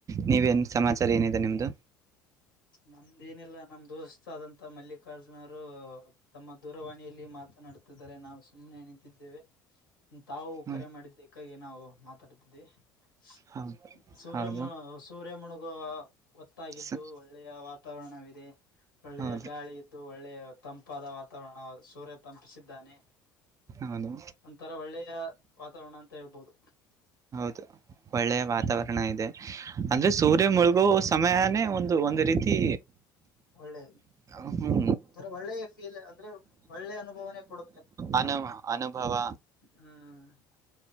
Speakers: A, on the right; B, on the left.
A: ನೀವೇಏನ ಸಮಾಚಾರ ಏನಿದೆ ನಿಮ್ದು.
B: ನಮ್ದ ಏನಿಲ್ಲ ನಮ ದೋಸ್ತ್ ಆದಂತ ಮಲ್ಲಿಕಾರ್ಜುನ ಅವರು. ತಮ್ಮ ದೂರವಾಣಿಯಲ್ಲಿ ಮಾತನಾಡುತ್ತರೆ ನಾವು ಸುಮ್ಮ್ನೆ ನಿಂತಿದ್ದೇವೆ.. ತಾವು
A: ಹ್ಮ
B: ಕರೆ ಮಾಡಿದ್ದಕ್ಕಾಗಿ ನಾವು ಮಾತಾಡ್ತಿದ್ದವಿ. ಸೂ....
A: ಹೌದು
B: ಸೂರ್ಯ
A: ಹೌದು
B: ಸೂರ್ಯಮಣಗು. ಒತ್ತಾಗಿದ್ದು
A: ಸ
B: ಒಳ್ಳೆಯ ವಾತಾವರಣವಿದೆ ಒಳ್ಳೆಯ
A: ಹೌದು
B: ಗಾಳಿಯ್. ಗಾಳಿ ಇದ್ದು. ಒಳ್ಳೆ ತಂಪಾದ ವಾತಾವರಣ ಸೂರ್ಯ ತಂಪಿಸಿದ್ದಾನೆ.
A: ಹೌದು
B: ಒಂತರ ಒಳ್ಳೆಯ ವಾತಾವರಣ ಅಂತ ಹೇಳ್ಬೋದು.
A: ತ ಒಳ್ಳೆಯ ವಾತಾವರಣ. ಇದೆ ಅಂದ್ರೆ ಸೂರ್ಯ ಮುಳುಗೋ ಸಮಯಾನೇ ಒಂದು ಒಂದ ರೀತಿ.
B: ಒಳ್ಳೆ
A: ಹ್ಮ
B: ಒಂಥರ ಒಳ್ಳೆ ಫೀಲ್ ಅಂದ್ರೆ ಒಳ್ಳೆ ಅನುಭವನೆ ಕೊಡ
A: ಅನುಮ ಅನುಭವ.
B: ಹು